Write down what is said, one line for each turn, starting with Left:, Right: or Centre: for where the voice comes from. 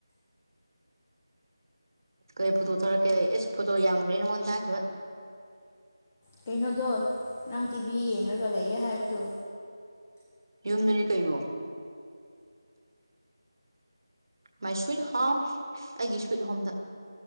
Right: ꯀꯩ ꯐꯣꯇꯣ ꯊꯥꯔꯛꯀꯦ ꯑꯦꯁ ꯐꯣꯇꯣ ꯌꯥꯝꯈ꯭ꯔꯦ ꯅꯉꯣꯟ ꯊꯥꯈꯤꯕ
Left: ꯀꯩꯅꯣꯗꯣ ꯅꯪ ꯇꯤꯚꯤ ꯌꯦꯡꯉꯒ ꯂꯩꯌꯦ ꯍꯥꯏꯕꯗꯣ
Right: ꯌꯨꯝꯗꯨꯅꯤ ꯀꯩꯅꯣ ꯃꯥꯏ ꯁ꯭ꯋꯤꯠ ꯍꯣꯝ ꯑꯩꯒꯤ ꯁ꯭ꯋꯤꯠ ꯍꯣꯝꯗ